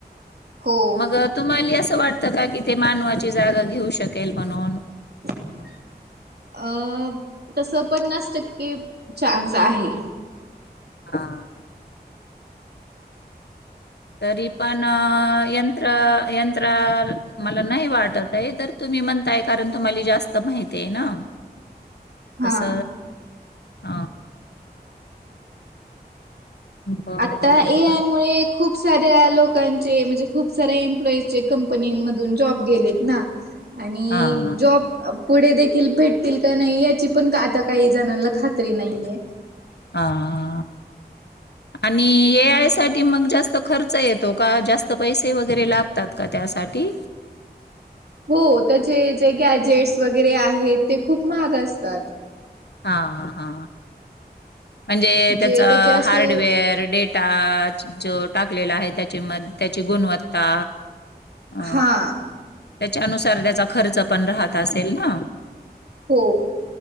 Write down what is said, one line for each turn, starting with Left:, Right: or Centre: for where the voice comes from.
Right: हो
Left: मग तुम्हाला असं वाटत का कि ते मानवाची जागा घेऊ शकेल म्हणून
Right: <unintelligible> अ तस पन्नास टक्के चान्स आहे
Left: हा हा. तरी पण यंत्र यंत्र मला नाही वाटत आहे तर तुम्ही म्हणताय कारण तुम्हाला जास्त माहिती आहे ना
Right: हा
Left: तस ह. बरोबर
Right: आता ए आय मु खूप साऱ्या लोकां चे खूप सारा एम्प्लॉयींची कंपनीमध्ये जॉब गेलेत ना आणि
Left: हा
Right: जॉब पुढे देखील भेटतील का नाही याची पण आता काही जणांना खात्री नाहीये
Left: हा.
Right: <unintelligible>
Left: आणि ए आय साठी मग जास्त खर्च येतो का जास्त पैसे वगैरे लागतात का त्यासाठी
Right: <inaudible> हो त्याचे जे गॅजेट्स वगैरे आहेत ते खूप महाग असतात.
Left: हा हा. म्हणजे
Right: जे
Left: त्याच
Right: त्याचे असे
Left: हार्डवेअर डे डेटा जो टाकलेला आहे त्याची म त्याची गुणवत्ता अ
Right: हा
Left: त्याच्यानुसार त्याचा खर्च पण राहत असेल ना
Right: हो.